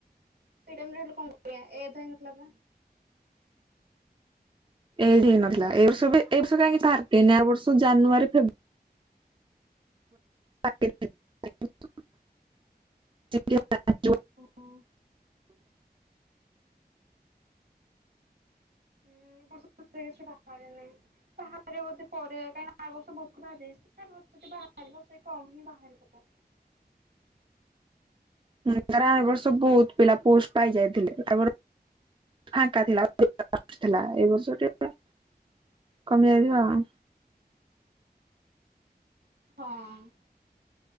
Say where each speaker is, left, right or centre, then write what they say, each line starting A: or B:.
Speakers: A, on the right (about 75°); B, on the right (about 30°).
A: ସେ ଟାଇମ ରେ ହେଲେ କଣ କରିବା ଏଜ ହେଇନଥିଲା ବା
B: ଏଜ ହେଇ ନଥିଲା ଏ ବର୍ଷ ଏ ବର୍ଷ କାହିଁକି ବାହାର କେ ବର୍ଷ ଜାନୁଆରୀ ଫେବୃଆରୀ <unintelligible>
A: ହଁ <unintelligible> ହୁଁ ଏ ବର୍ଷୁଛ ପାହାାରେରେ ନାଇ ପାହାାରେରେ ବୋଧେ ପରେେ କାଇଁକ ଆ ବର୍ଷ ବହୁତ କ ବାହାରଛି <unintelligible> ଭତେ ବାହାରିବ ସେଇ କମ ହିଁ ବାହାରିବ
B: ହୁଁ ଧାର ଏ ବର୍ଷ ବହୁତ ପିଲା ପୋଷ୍ଟ ପାଇ ଯାଇଥିଲେ ତା ଫାଙ୍କା ଥିଲାଥିଲା ଏ ବର୍ଷ ଟିକେ କମି ଯାଇଥିବ ଆଉ
A: ହଁ